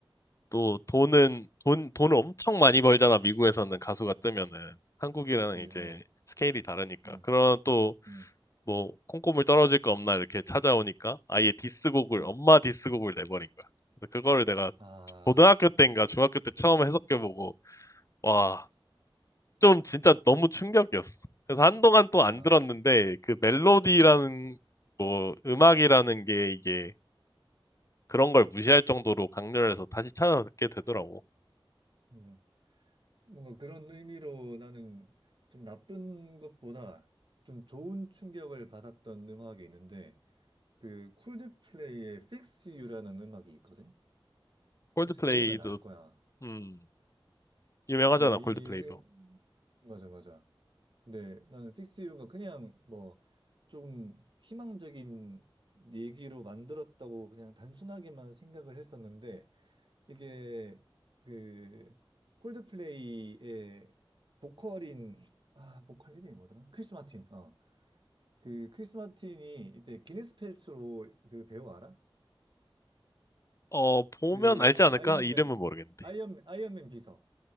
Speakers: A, on the left; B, on the right.
A: 또 돈은 돈 돈을 엄청 많이 벌잖아. 미국에서는 가수가 뜨면은 한국이랑
B: 그렇지,
A: 이제
B: 어,
A: 스케일이 다르니까.
B: 음,
A: 그런 또
B: 음,
A: 뭐 콩고물 떨어질 거 없나 이렇게 찾아오니까 아예 디스곡을
B: 음.
A: 엄마 디스곡을 내버린 거야. 그래서 그거를 내가
B: 아,
A: 고등학교 때인가 중학교 때 처음 해석해보고 와 좀 진짜 너무 충격이었어. 그래서 한동안 또
B: 아,
A: 안 들었는데 그 멜로디라는
B: 음,
A: 뭐 음악이라는 게 이게 그런 걸 무시할 정도로 강렬해서 다시 찾아 듣게 되더라고.
B: 음. 뭔가 그런 의미로 나는 좀 나쁜 것보다 좀 좋은 충격을 받았던 음악이 있는데, 그 콜드플레이의 Fix You라는 음악이 있거든?
A: 콜드플레이도
B: 혹시 들으면 알 거야.
A: 음 유명하잖아
B: 근데
A: 콜드플레이도.
B: 이, 음, 음. 맞아, 맞아. 근데 나는 픽스 유가 그냥 뭐 조금 희망적인 얘기로 만들었다고 그냥 단순하게만 생각을 했었는데 이게 그 콜드플레이의 보컬인 아 보컬 이름이 뭐더라? 크리스 마틴. 어. 그 크리스 마틴이 이때 기네스 펠트로 그 배우 알아?
A: 어 보면
B: 그
A: 알지
B: 아-
A: 않을까?
B: 아이언맨
A: 이름은 모르겠는데.
B: 아이언 아이언맨 비서.